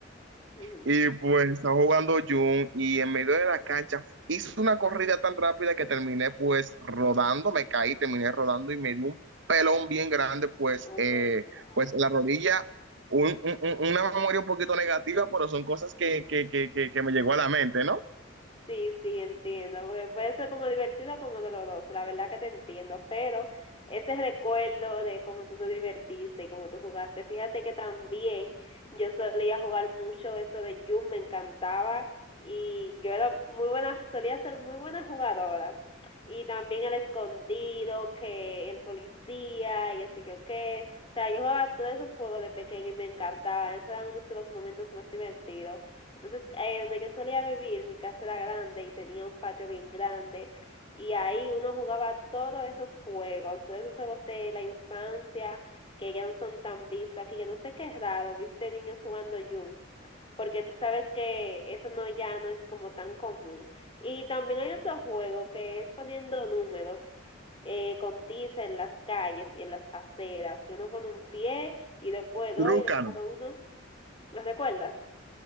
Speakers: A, on the left (about 25°); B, on the right (about 65°).
A: <laughs>
B: y pues está jugando Jun y en medio de la cancha hizo una corrida tan rápida que terminé pues rodando, me caí, terminé rodando y me dio un pelón bien grande pues,
A: Oh
B: eh,
A: my God.
B: pues en la rodilla, un- un- un- una memoria un poquito negativa, pero son cosas que, que, que, que, que me llegó a la mente, ¿no?
A: Sí, sí, entiendo, porque puede ser como divertido o como doloroso, la verdad que te entiendo, pero ese recuerdo de cómo tú te divertiste y cómo tú jugaste, fíjate que también yo solía jugar mucho eso de Yum, me encantaba y yo era muy buena, solía ser muy buena jugadora y también el escondido, que el policía y así que qué, o sea, yo jugaba todos esos juegos de pequeño y me encantaba, esos eran unos de los momentos más divertidos. Entonces, eh, donde yo solía vivir, mi casa era grande y tenía un patio bien grande y ahí uno jugaba todos esos juegos, todos esos juegos de la infancia que ya no son tan vistos aquí, que no sé qué es raro, viste niños jugando Yum, porque tú sabes que eso no ya no es como tan común. Y también hay otro juego que es poniendo números eh, con tiza en las calles y en las aceras, que uno pone un pie y después dos
B: Trúcano,
A: y después uno. ¿Los recuerdas?